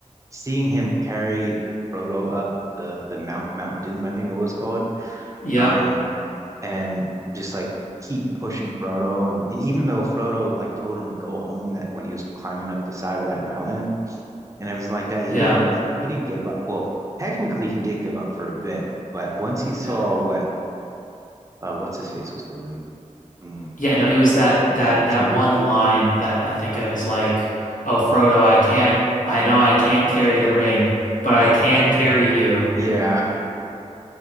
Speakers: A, on the right; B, on the left.
A: seeing him carry Frodo up the the Mount Mount Doom, I think it was called,
B: Yep.
A: um, and just like keep pushing Frodo, and, and even though Frodo like told him to go home that when he was climbing up the side of that mountain and everything like that, he
B: Yeah.
A: didn't he, he didn't give up. Well, technically he did give up for a bit, but once he saw
B: Yeah.
A: what uh what's his face was doing, mm,
B: Yeah, no, it was that that that
A: Smeagol.
B: one line that I think of as like, "Oh Frodo, I can't I know I can't carry the ring, but I can carry you."
A: Yeah,